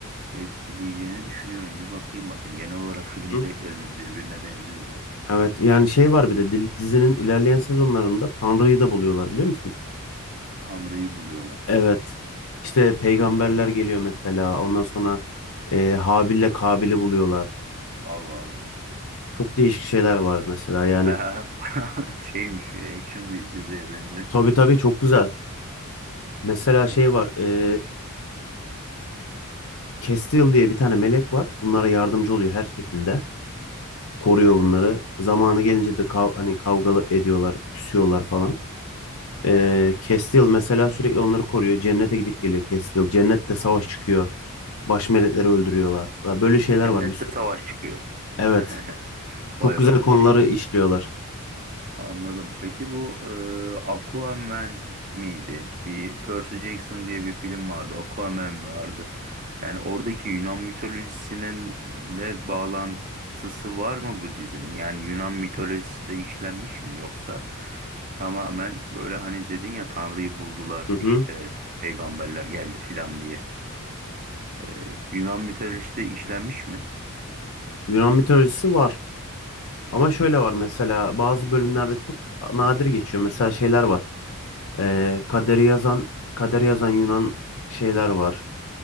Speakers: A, on the right; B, on the left.
A: etkileyeceğini düşünüyorum. Bir bakayım bakayım. Genel olarak film
B: Hı?
A: zevklerimiz birbirine benziyor zaten.
B: Evet yani şey var bir de dil- dizinin ilerleyen sezonlarında Tanrı'yı da buluyorlar biliyor musun?
A: Tanrı'yı buluyorlar.
B: Evet. İşte peygamberler geliyor mesela. Ondan sonra e, Habil'le Kabil'i buluyorlar.
A: Allah Allah.
B: Çok değişik şeyler var mesela
A: <laughs>
B: yani.
A: Bayağı şeymiş, action bir diziye benziyor.
B: Tabii tabii çok güzel. Mesela
A: Evet.
B: şey var. E, Kestil diye bir tane melek var. Bunlara yardımcı oluyor her şekilde. Koruyor
A: Aha.
B: bunları. Zamanı gelince de kav hani kavga ediyorlar, küsüyorlar falan. Ee,
A: Evet.
B: Kestil mesela sürekli onları koruyor. Cennete gidip geliyor Kestil. Cennette savaş çıkıyor. Baş melekleri öldürüyorlar. Ya Böyle şeyler
A: Cennette
B: var bir sürü.
A: savaş çıkıyor.
B: Evet.
A: <laughs> Vay
B: Çok güzel
A: be.
B: konuları
A: Şey
B: işliyorlar.
A: anladım. Peki bu e, Aquaman miydi? Bir Percy Jackson diye bir film vardı. Aquaman vardı. Yani oradaki Yunan mitolojisinin de bağlantısı var mı bu dizinin? Yani Yunan mitolojisi de işlenmiş mi yoksa tamamen böyle hani dedin ya Tanrı'yı buldular
B: Hı
A: işte
B: hı.
A: peygamberler geldi filan diye. E, Yunan mitolojisi de işlenmiş mi?
B: Yunan mitolojisi var.
A: Tamam.
B: Ama şöyle var mesela bazı bölümlerde çok nadir geçiyor. Mesela şeyler var. Ee, kaderi yazan kaderi yazan Yunan şeyler var.